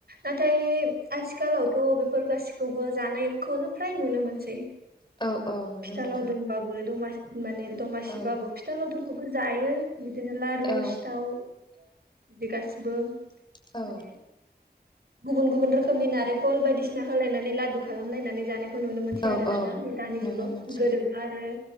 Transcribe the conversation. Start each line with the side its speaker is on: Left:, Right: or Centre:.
Right: नाथाय आथिखालावथ बे बेफोर गाससिखौबो जानायखौनो फ्राय नुनो मोनसै
Left: औ औ नुनो
Right: फिथा
Left: मोनो
Right: लावदोंबाबो दमासि माने दमासिबाबो
Left: औ
Right: फिथा लावदुमखौबो जायो बिदिनो लारु
Left: औ
Right: सिथाव बिदि गासिबो
Left: औ
Right: माने गुबुन गुबुन रोखोमनि नारेंखल बायदिसिना होलायनानै लादु खालामलायनानै जानाय बेखौ नुनो मोनसै
Left: औ
Right: आरोना
Left: औ
Right: दा दानि
Left: नुनो
Right: जुगाव
Left: मोनसै
Right: गोदोबा आरो